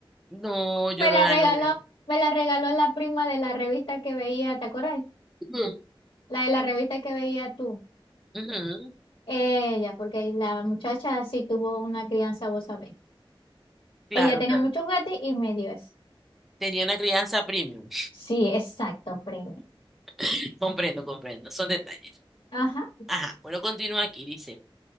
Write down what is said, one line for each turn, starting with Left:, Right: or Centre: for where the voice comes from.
Centre: No, yo
Left: Me
Centre: no
Left: la
Centre: la
Left: regaló,
Centre: logré.
Left: me la regaló la prima de la revista que veía, ¿te acuerdas?
Centre: Ujú,
Left: La de la revista que veía tú.
Centre: ujú,
Left: Ella, porque la muchacha sí tuvo una crianza, vos sabés.
Centre: Claro,
Left: Ella tenía
Centre: claro.
Left: muchos gatos y me dio eso.
Centre: Tenía una crianza premium.
Left: Sí, exacto, prima.
Centre: <laughs> Comprendo, comprendo. Son detalles.
Left: Ajá.
Centre: Ajá, bueno, continúa aquí, dice,